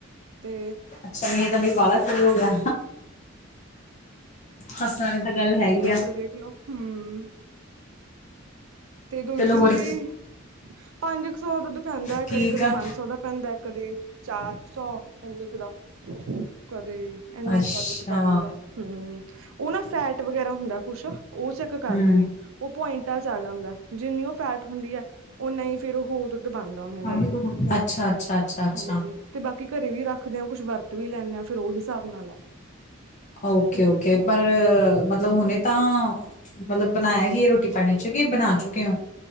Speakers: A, on the right; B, on the left.
A: ਤੇ
B: ਅਛਾ, ਨੀ ਏਤਾਂ ਬਈ ਬਾਲਾ ਸਹੀ ਓ ਗਿਆ, ਹਾਸਾ ਆਲੀ ਤਾਂ ਗੱਲ ਹੈਗੀ ਐ।
A: ਤੇ ਵੇਖਲੋ, ਹੂੰ। ਤੇ ਦੂਜੀ
B: ਚਲੋ ਹੋਰ
A: ਦੇਵੀ ਪੰਜ ਕ ਸੌ ਦ ਦੁੱਧ ਪੈਂਦੈ,
B: ਠੀਕ
A: ਕਦੇ-ਕਦੇ
B: ਆ
A: ਪੰਜ ਸੌ ਦਾ ਪੈਂਦੈ। ਕਦੀ ਚਾਰ ਸੌ, ਏਨੇ ਕ ਦਾ, ਕਦੇ ਏਨਾ
B: ਅੱਛਾ
A: ਕ ਤਾ ਦੁੱਧ ਪੈਂਦੈ, ਹੁੰ, ਓ ਨਾ ਫੈਟ ਵਗੈਰਾ ਹੁੰਦੈ ਕੁਛ, ਓਸ ਕ ਕਰਦੇ
B: ਹੂੰ
A: ਨੇ, ਓ ਪੁਆਇੰਟਾਂ 'ਚ ਆ ਜਾਦੈ, ਜਿੰਨੀ ਓ ਫੈਟ ਹੁੰਦੀ ਐ, ਓਨਾ ਈ ਫੇਰ ਓ ਹੋਰ ਦੁੱਧ ਪਾਂਦਾ ਓਨੇ ਦਾ
B: ਹਾਂਜੀ
A: ਈ,
B: ਤੋਂ ਮੁੜ ਕੇ ਅੱਛਾ ਅੱਛਾ ਅੱਛਾ ਅੱਛਾ
A: ਹਾਂਜੀ। ਤੇ ਬਾਕੀ, ਘਰੇ ਵੀ ਰੱਖਦੇ ਆ, ਕੁਸ਼ ਵਰਤ ਵੀ ਲੈਨੇ ਆ, ਫਿਰ ਓ ਹਿਸਾਬ ਨਾਲ ਐ।
B: ਓਕੇ-ਓਕੇ, ਪਰ ਮਤਲਬ ਹੁਨੇ ਤਾਂ ਮਲਬ, ਬਨਾਇਆ ਕੀ ਏ ਰੋਟੀ ਪਾਣੀ 'ਚ? ਕਿ ਬਨਾ ਚੁਕੇ ਓ।